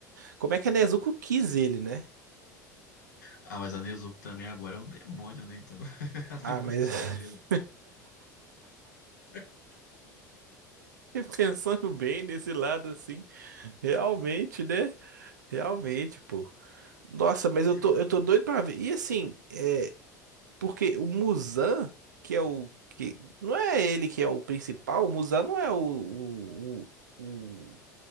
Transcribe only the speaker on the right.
Como é que a Nezuko quis ele, né?
Ah,
mas
<laughs>
pensando bem nesse lado assim, realmente, né? Realmente, pô. Nossa, mas eu
tô,
eu tô doido pra ver. E assim, é, porque o Muzan, que é o que não é ele que é o principal, o Muzan não é o, o, o, o